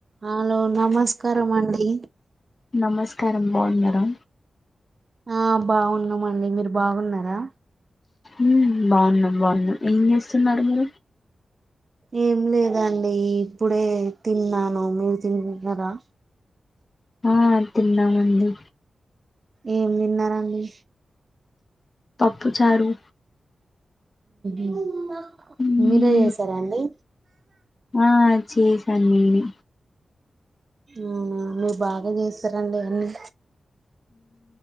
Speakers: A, on the right; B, on the left.
A: Hello నమస్కారం అండి
B: నమస్కారం బాగున్నారా
A: ఆ బాగున్నామండి మీరు బాగున్నారా
B: ఉ బాగున్నాం బాగున్నాం ఏం చేస్తున్నారు మీ
A: ఏం లేదండి ఇప్పుడే తిన్నాను మీరు తిన్నరా
B: ఆ తిన్నామండి
A: ఏం తిన్నరండి
B: పప్పుచారు
A: ఉహు
B: హ్మ్
A: మీరే చేసారా అండి
B: ఆ చేసాను నేనే
A: ఊ మీ బాగా చేస్తారండి అన్నీ